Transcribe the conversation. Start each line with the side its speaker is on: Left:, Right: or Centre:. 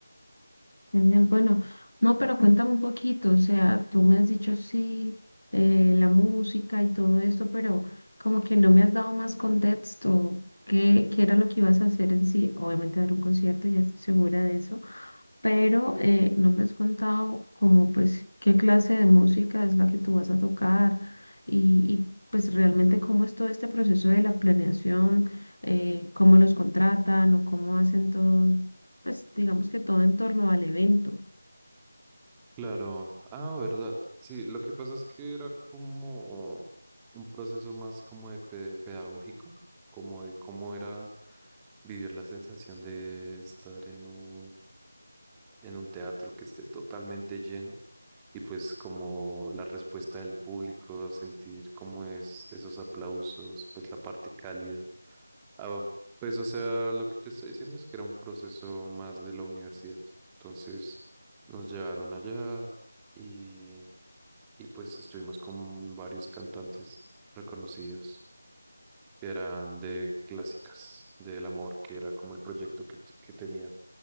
Left: bien, bueno. No, pero cuéntame un poquito, o sea, tú me has dicho sí, eh, la música y todo esto, pero como que no me has dado más contexto. ¿Qué, qué era lo que ibas a hacer en sí? Obviamente dar un concierto, ya estoy segura de eso, pero eh, no me has contado como pues qué clase de música es la que tú vas a tocar y, y, pues realmente cómo es todo este proceso de la planeación, eh, cómo los contratan o cómo hacen todo, pues digamos que todo en torno al evento.
Centre: Claro, ah, verdad. Sí, lo que pasa es que era como oh, un proceso más como de pe- pedagógico, como de cómo era vivir la sensación de estar en un, en un teatro que esté totalmente lleno y pues como la respuesta del público, sentir cómo es esos aplausos, pues la parte cálida. Ah, pues o sea, lo que te está diciendo es que era un proceso más de la universidad. Entonces nos llevaron allá y, y pues estuvimos con varios cantantes reconocidos que eran de clásicas, del amor, que era como el proyecto que, t- que tenían.